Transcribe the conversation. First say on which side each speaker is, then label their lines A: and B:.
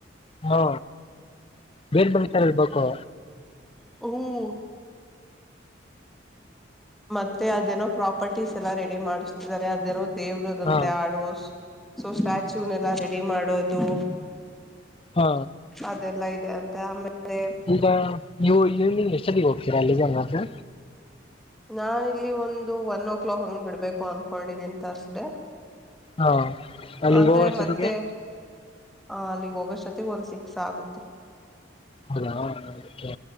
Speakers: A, on the left; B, in the centre.
A: ಹಾ ಬೇರ್ ಬೇರೆ ತರ ಇರಬೇಕು.
B: ಹ್ಮ್ ಮತ್ತೆ ಅದೇನೋ ಪ್ರಾಪರ್ಟೀಸ್ ಎಲ್ಲಾ ರೆಡಿ ಮಾಡಸ್ತಿದ್ದಾರೆ ಅದೇನೋ ದೇವ್ರದಂತೆ
A: ಹಾ
B: ಆಡೋ ಸೊ ಸ್ಟಾಚೂನೆಲ್ಲಾ ರೆಡಿ ಮಾಡೋದು.
A: ಹಾ
B: ಅದೆಲ್ಲಾ ಇದೆ ಅಂತೆ ಆಮೇಲೆ
A: ಈಗ ನೀವು ಈವ್ನಿಂಗ್ ಎಷ್ಟೊತ್ತಿಗೆ ಹೋಗ್ತೀರಾ ಅಲ್ಲಿಗೆ ಅಂಗಾದ್ರೆ.
B: ನಾ ಇಲ್ಲಿ ಒಂದು ಒನ್ ಓ ಕ್ಲಾಕ್ ಹಂಗ್ ಬಿಡ್ಬೇಕು ಅನ್ಕೊಂಡಿದೀನ್ ತರ್ಸ್ಡೇ.
A: ಹಾ ಅಲ್ಲಿಗೆ
B: ಅಂದ್ರೆ
A: ಹೋಗೋ ಅಷ್ಟೊತ್ತಿಗೆ
B: ಮತ್ತೆ ಆ ಅಲ್ಲಿಗ್ ಹೋಗೋಷ್ಟೊತ್ತಗ್ ಒಂದ್ ಸಿಕ್ಸ್ ಆಗುತ್ತೆ.
A: ಹೌದಾ ಕೆ